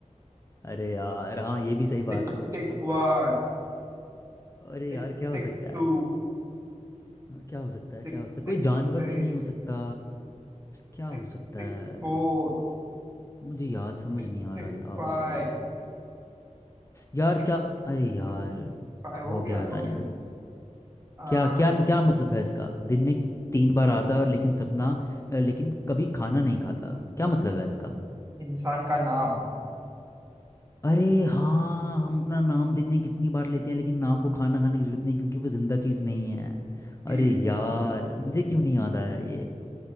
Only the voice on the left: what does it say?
अरे यार हाँ ये भी सही बात
है
अरे
यार क्या
हो सकता
है हाँ, क्या हो सकता है
क्या हो सकता है
कोई जानवर
तो नहीं हो सकता क्या हो
सकता
है
मुझे याद समझ
नहीं आ
रहा यार
यार
क्या अरे यार
हो
गया
टाइम
क्या क्या क्या मतलब था इसका दिन में तीन बार आता है और लेकिन सपना अ, लेकिन कभी खाना नहीं खाता क्या मतलब है इसका
अरे हाँ हम अपना नाम दिन में कितनी बार लेते हैं लेकिन नाम को खाना खाने की जरूरत नहीं क्योंकि वो जिंदा चीज़ नहीं है
अरे यार मुझे क्यों नहीं याद आया ये